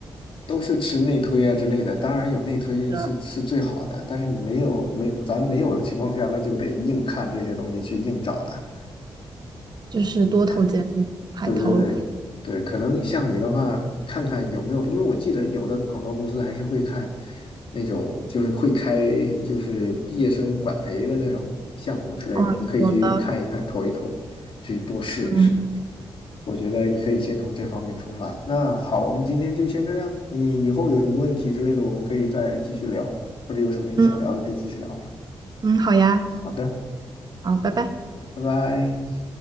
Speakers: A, on the left; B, on the right.
A: 都是吃内推啊之类的。当然有内推是是最好的，
B: 是的
A: 但是你没有没咱没有的情况下，那就得硬看这些东西去硬找了。
B: 就是多投简历，
A: 你看
B: 海投。
A: 对对对对，可能像你的话，看看有没有，因为我记得有的广告公司还是会看那种，就是会开就是毕业生管培的那种项目之类的，
B: 哦，
A: 你可以去看一看，
B: 有的，
A: 投一投，去多试一试。
B: 嗯
A: 我觉得你可以先从这方面出发。那好，我们今天就先这样。你以后有什么问题之类的，我们可以再继续聊，或者有什么你想聊的可以继续聊。
B: 嗯嗯，好呀，
A: 好的，
B: 好，拜拜。
A: 拜拜。